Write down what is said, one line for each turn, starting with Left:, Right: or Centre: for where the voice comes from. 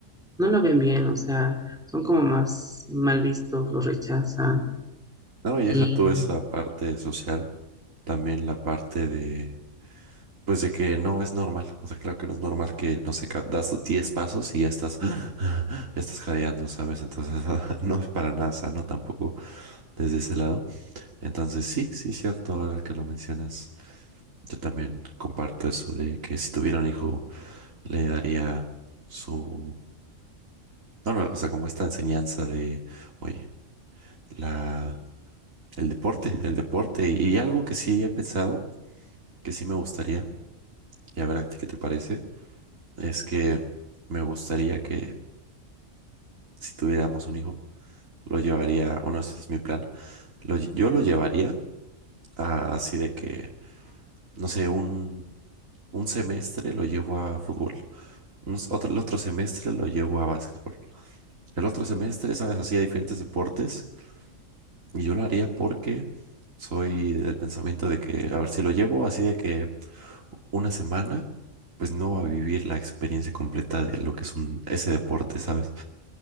Centre: no lo ven bien, o sea, son como más mal vistos, lo rechazan
Right: No, y
Centre: y
Right: deja tú esa parte social, también la parte de Pues de que no es normal, o sea, claro que no es normal que, no sé, ca- das 10 pasos y ya estás, <gasps> ya estás jadeando, ¿sabes? Entonces, <laughs> no es para nada sano tampoco desde ese lado. Entonces, sí, sí, cierto, ahora que lo mencionas, yo también comparto eso de que si tuviera un hijo, le daría su, no, no, o sea, como esta enseñanza de, oye, la, el deporte, el deporte y, y algo que sí he pensado, que sí me gustaría, y a ver a ti qué te parece es que me gustaría que si tuviéramos un hijo, lo llevaría, bueno, ese es mi plan, lo lle- yo lo llevaría a así de que, no sé, un, un semestre lo llevo a fútbol, un s- otro, el otro semestre lo llevo a básquetbol, el otro semestre, sabes, así a diferentes deportes, y yo lo haría porque soy del pensamiento de que, a ver, si lo llevo así de que una semana, pues no va a vivir la experiencia completa de lo que es un, ese deporte, ¿sabes?